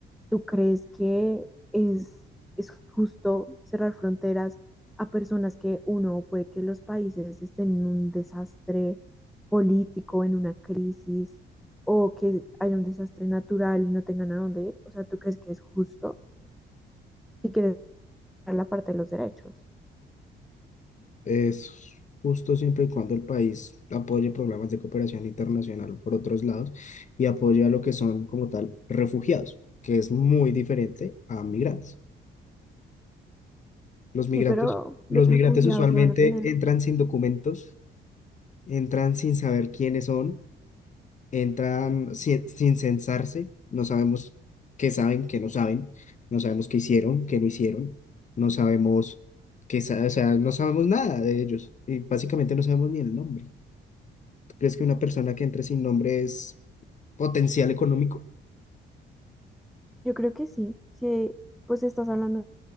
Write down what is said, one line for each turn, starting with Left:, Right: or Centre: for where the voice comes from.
Centre: ¿Tú crees que es, es justo cerrar fronteras a personas que uno puede que los países estén en un desastre político, en una crisis, o que haya un desastre natural y no tengan a dónde ir? O sea, ¿tú crees que es justo si quieres ver la parte de los derechos?
Left: es justo siempre y cuando el país apoye programas de cooperación internacional por otros lados y apoye a lo que son como tal refugiados, que es muy diferente a migrantes. Los migrantes,
Centre: Sí, pero
Left: los
Centre: los
Left: migrantes
Centre: refugiados
Left: usualmente
Centre: no van a tener.
Left: entran sin documentos, entran sin saber quiénes son, entran sin, sin censarse, no sabemos qué saben, qué no saben, no sabemos qué hicieron, qué no hicieron, no sabemos qué, sa- o sea, no sabemos nada de ellos y básicamente no sabemos ni el nombre. ¿Tú crees que una persona que entre sin nombre es potencial económico?
Centre: Yo creo que sí. Si pues estás hablando